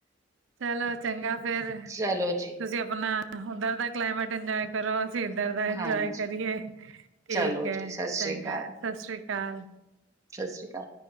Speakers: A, on the right (about 85°); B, on the right (about 15°).
A: ਚਲੋ ਚੰਗਾ ਫੇਰ,
B: ਚਲੋ ਜੀ,
A: ਤੁਸੀਂ ਆਪਣਾ ਉੱਧਰ ਦਾ ਕਲਾਈਮੇਟ ਇੰਜੋਏ ਕਰੋ ਅਸੀਂ ਇੱਧਰ ਦਾ ਇੰਜੋਏ
B: ਹਾਂਜੀ,
A: ਕਰੀਏ, ਠੀਕ
B: ਚਲੋ ਜੀ,
A: ਐ
B: ਸਤਿ
A: ਚੰਗਾ
B: ਸ੍ਰੀ ਅਕਾਲ,
A: ਸਤ ਸ੍ਰੀ ਅਕਾਲ।
B: ਸਤਿ ਸ਼੍ਰੀ ਅਕਾਲ।